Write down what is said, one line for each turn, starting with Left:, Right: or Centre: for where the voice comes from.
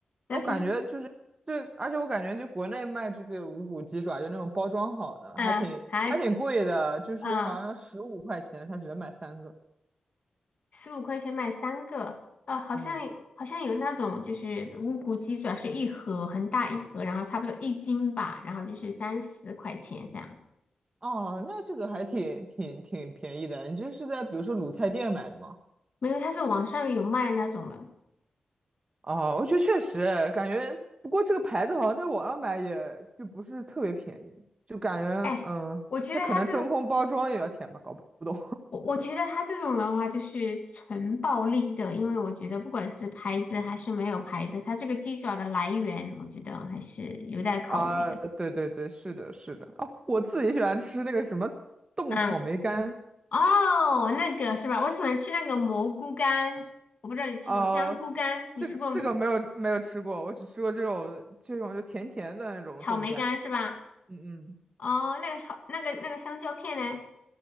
Left: <laughs> 那平
Right: 我感觉就是对，而且我感觉就国内卖这个无骨鸡爪，就那种包装好的，
Left: 嗯还
Right: 还挺还挺贵的，就是好像十五块钱，
Left: 嗯
Right: 它只能买三个。
Left: 十五块钱买三个，哦，好像好像有那种就是无骨鸡爪是一盒很大一盒，
Right: 嗯，
Left: 然后差不多一斤吧，然后就是三十块钱这样。
Right: 哦，那这个还挺挺挺便宜的。你这是在比如说卤菜店买的吗？
Left: 没有，它是网上有卖那种的。
Right: 哦，我觉得确实感觉，不过这个牌子好像在网上买也就不是特别便宜，就感觉嗯，
Left: 哎，我觉得他这个，
Right: 它可能真空包装也要钱吧，搞不懂。
Left: 我我觉得他这种的话就是纯暴力的，因为我觉得不管是牌子还是没有牌子，他这个鸡爪的来源，我觉得还是有待考虑的。
Right: 啊，对对对，是的，是的。哦，我自己喜欢吃那个什么冻草莓干
Left: 嗯，哦，那个是吧？我喜欢吃那个蘑菇干，我不知道你吃过香菇干，
Right: 啊，这个这个没有没有吃过，
Left: 你吃过没？
Right: 我只吃过这种这种就甜甜的那种冻干。
Left: 草莓干是吧？
Right: 嗯嗯，
Left: 哦，那个好，那个那个香蕉片呢？